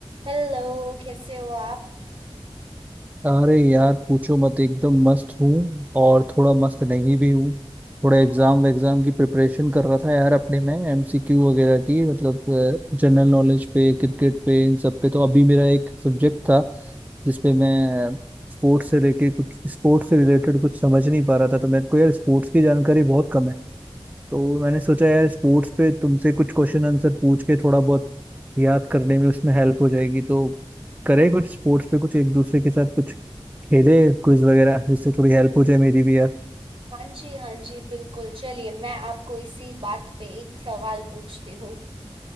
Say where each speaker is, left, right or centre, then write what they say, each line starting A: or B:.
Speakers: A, on the right; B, on the right.
A: Hello कैसे हो आप
B: अरे यार पूछो मत एकदम मस्त हूँ और थोड़ा मस्त नहीं भी हूँ थोड़ा
A: क्यों
B: एग्जाम एग्जाम की प्रिपरेशन कर रहा था यार अपने में एमसीक्यू वगैरह की मतलब जनरल नॉलेज पे क्रिकेट पे इन सब पे तो अभी मेरा एक सब्जेक्ट था जिसपे मैं स्पोर्ट्स से लेके कुछ स्पोर्ट्स से रिलेटेड कुछ समझ नहीं पा रहा था तो मेरे को यार स्पोर्ट्स की जानकारी बहुत कम है तो मैंने सोचा यार स्पोर्ट्स पे तुमसे कुछ क्वेश्चन आंसर पूछ के थोड़ा बहुत याद करने में उसमें हेल्प हो जाएगी तो करे कुछ स्पोर्ट्स पे कुछ एक दूसरे के साथ कुछ खेले क्विज वगैरह जिससे थोड़ी हेल्प हो जाए मेरी भी यार
A: हाँ जी हाँ जी बिल्कुल चलिए मैं आपको इसी बात पे एक सवाल पूछती हूँ